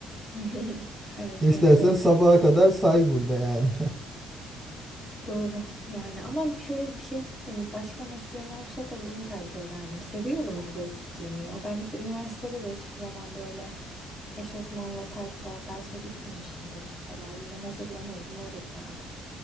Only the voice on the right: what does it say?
<laughs> istersen
sabaha kadar say burada yani. <laughs>